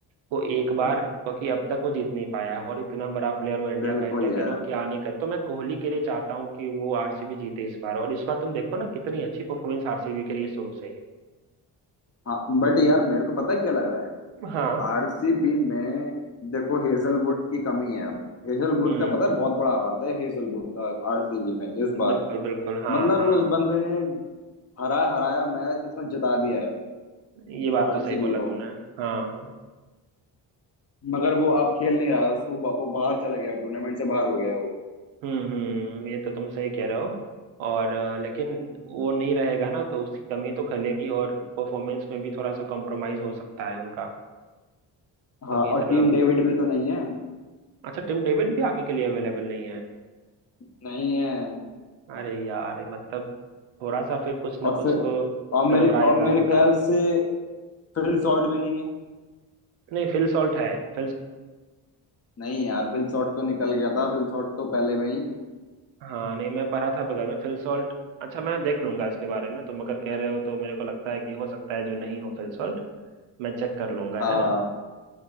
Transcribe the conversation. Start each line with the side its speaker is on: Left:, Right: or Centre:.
Right: को एक
Left: <laughs>
Right: बार क्योंकि अब तक वो जीत नहीं पाया है और इतना बड़ा प्लेयर वो इंडिया
Left: बिल्कुल
Right: का इंडिया के
Left: यार
Right: लिए वो क्या नहीं कर तो मैं कोहली के लिए चाहता हूँ कि वो आरसीबी जीते इस बार और इस बार तुम देखो ना कितनी अच्छी परफॉर्मेंस आरसीबी के लिए शुरू से ही
Left: हाँ बट यार मेरे को पता है क्या लग रहा है
Right: हाँ
Left: आरसीबी में देखो हेजलवुड की कमी है अब हेजलवुड
Right: हम्म
Left: का पता है बहुत बड़ा हाथ है हेजलवुड का आरसीबी में इस
Right: बिल्कुल
Left: बार
Right: बिल्कुल हाँ
Left: मतलब
Right: हाँ
Left: उस बंदे ने हरा हराया मैच उसने जिता दिया है
Right: ये बात
Left: आरसीबी
Right: तो सही बोला
Left: को
Right: तुमने हाँ
Left: मगर वो अब खेल नहीं रहा है उसको ब- वो बाहर चला गया टूर्नामेंट से बाहर हो गया है
Right: हम्म हम्म ये तो तुम सही कह रहे हो और अ, लेकिन वो नहीं रहेगा ना तो उसकी कमी तो खलेगी और परफॉर्मेंस में भी थोड़ा सा कॉम्प्रोमाइज हो सकता है उनका
Left: हाँ
Right: क्योंकि
Left: और
Right: इतना
Left: टीम डेविड भी तो नहीं है
Right: अच्छा टिम डेविड भी आगे के लिए अवेलेबल नहीं है
Left: नहीं है
Right: अरे यार मतलब थोड़ा सा फिर कुछ ना
Left: और
Right: कुछ
Left: फिर
Right: तो
Left: और मेरे
Right: गड़बड़ाएगा
Left: और
Right: अब
Left: मेरे
Right: इनका
Left: ख्याल से फिल शॉर्ट भी नहीं है
Right: नहीं फिल सॉल्ट है फिल
Left: नहीं यार फिल शॉर्ट तो निकल गया था फिल शॉर्ट तो पहले में ही
Right: हाँ नहीं मैं पढ़ा था बगल में फिल सॉल्ट अच्छा मैं देख लूंगा इसके बारे में तुम अगर कह रहे हो तो मेरे को लगता है कि हो सकता है जो नहीं हो फिल सॉल्ट मैं चेक कर लूंगा
Left: हाँ
Right: है ना